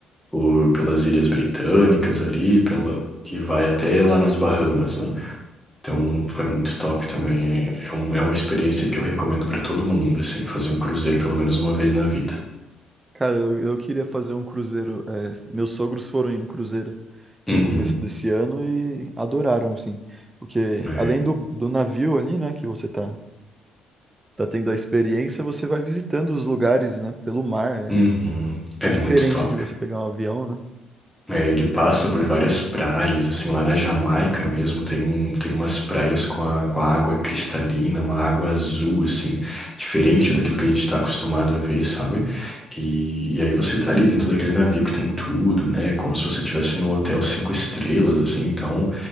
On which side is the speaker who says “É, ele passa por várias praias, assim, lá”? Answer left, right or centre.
Centre